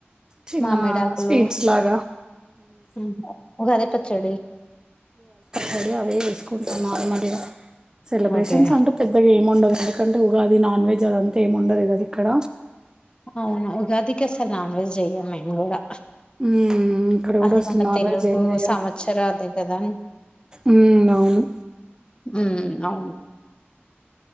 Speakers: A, on the right; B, on the left.
A: చిన్న
B: మామిడాకులు
A: స్వీట్స్ లాగా
B: ఉమ్, ఉగాది పచ్చడి
A: పడి అవే వేసుకుంటా మార్మ సెలబ్రేషన్స్
B: ఓకే
A: అంటూ పెద్ద ఏముండదు ఎందుకంటే ఉగా అది నాన్ వెజ్ అదంతా ఏండదు కదా ఇక్కడ
B: అవునా ఉగాదికస్త నోన్ వెజ్ చెయ మేన్ కూడా
A: ఉమ్ ఇక్కడ కూడా
B: అది
A: అసలు
B: మన
A: నాన్
B: తెలుగు
A: వెజ్ ఏమి వెయను
B: సంవత్సర అదే కదా
A: ఉమ్ అవును
B: ఉమ్ అవున్